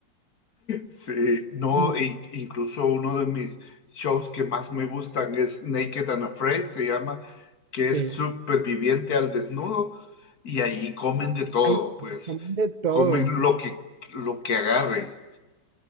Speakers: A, on the left; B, on the right.
A: Sí, no,
B: Y
A: in- incluso uno de mis shows que más me gustan es Naked and Afraid, se llama, que
B: sí,
A: es superviviente al desnudo, y ahí comen de todo,
B: hay,
A: pues
B: comen de todo.
A: comen lo que, lo que agarren.